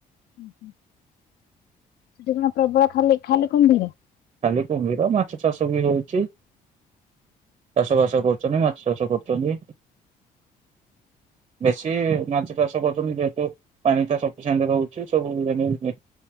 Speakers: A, on the left; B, on the right.
A: ଓ ହୋ ସେଠି କଣ ପ୍ରବଳ ଖାଲି ଖାଲି କୁମ୍ଭୀର?
B: ଖାଲି କୁମ୍ଭୀର ମାଛ ଚାଷ ବି ହେଉଛି। ଚାଷ ବାସ କରୁଛନ୍ତି ମାଛ ଚାଷ କରୁଛନ୍ତି। ବେଶୀ ମାଛ ଚାଷ କରୁଛନ୍ତି ଯେହେ ତୁ ପାଣି ଟା ସଫିସିଏଣ୍ଟ ରହୁଛି ସବୁ